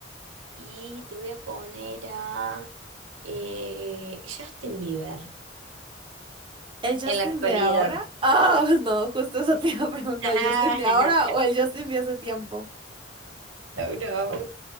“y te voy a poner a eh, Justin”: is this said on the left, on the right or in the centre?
Right